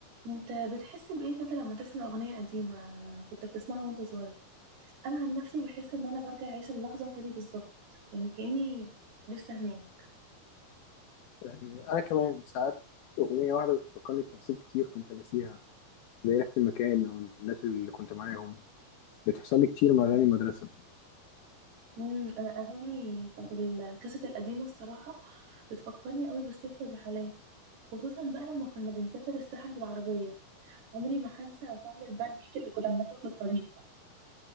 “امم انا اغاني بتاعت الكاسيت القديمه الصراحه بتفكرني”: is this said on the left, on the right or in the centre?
Right